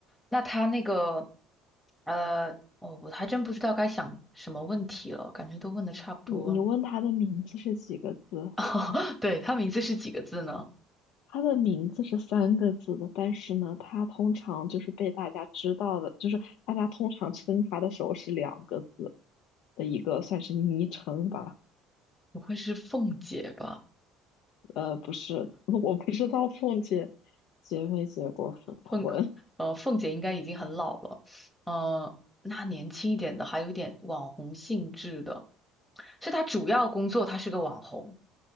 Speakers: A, in the centre; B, on the left (about 70°).
A: 那他那个，呃，哦，我还真不知道该想什么问题了，感觉都问的差不多了。
B: 你你问她的名字是几个字？
A: <laughs> 对，他名字是几个字呢？
B: 她的名字是三个字的，但是呢，她通常就是被大家知道的，就是大家通常称她的时候是两个字的一个算是昵称吧。
A: 不会是凤姐吧？
B: 呃，不是，<laughs> 我不知道凤姐结没结过婚，
A: 凤呃，凤姐应该已经很老了，呃，那年轻一点的还有点网红性质的，是她主要工作她是个网红，